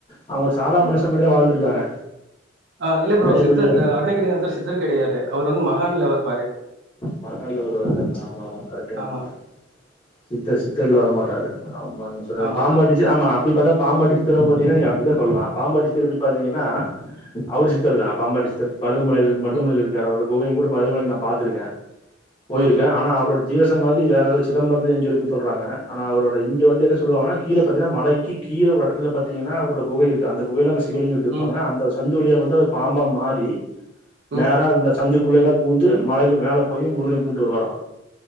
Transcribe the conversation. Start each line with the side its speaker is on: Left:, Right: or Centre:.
Left: அவுங்க ஒரு சாதா மனுஷ மாரிதா வாழ்ந்திருக்காங்க
Right: ஆ இல்ல ப்ரோ
Left: பெரிய
Right: சித்தர்
Left: பெரிய
Right: அருணகிரி வந்து சித்தர் கிடையாது அவுர் வந்து மகான்லவருவாரு
Left: மகான்ல வருவாரு ஆம்மா ஆம்மா கரெக்ட்டுதா
Right: ஆமா,
Left: சித்த சித்தர்ல வரமாட்டாரு ஆம்மா நீங்க சொன்னது
Right: ஆமா.
Left: பாம்பாட்டி ஆம்மா அப்டிபாத்தா பாம்பாட்டி சித்தரு பாத்தீன்னா நீங்க அப்டிதா சொல்லலா பாம்பாட்டி சித்தர் இப்டி பாத்தீங்கன்னா அவுர் சித்தர்தா பாம்பாட்டி சித்தர் மருதமலையில் மருதமலைல்
Right: ம்,
Left: இருக்கார் அவருட குகையுங்கூட மருதமலைல நா பாத்திருக்கே போயிருக்கே
Right: ம், ம்,
Left: ஆனா அவருடை ஜீவசமாதி வேறெதோ சிதம்பரத்தில் எங்கேயோ இருக்குன்னு சொல்றாங்க ஆனா அவரோட இங்கேவந்து என்ன சொல்லவாங்கன்னா கீழ பார்த்தீங்கனா மலைக்கி கீழ ஒருஎடத்துல பாத்தீங்கன்னா அவுரோட குகைஇருக்கு அந்த குகைய்ல அவ்ங்க சிவலிங்கோ வெச்சிருப்பாங்க
Right: ம்,
Left: அந்த சந்து வழியா வந்து அது பாம்பா மாறி
Right: ம்.
Left: நேரா அந்த சந்துக்குள்ளயல்லா பூந்து மலையில மேல போயி முருகன கும்ட்டு வருவாரா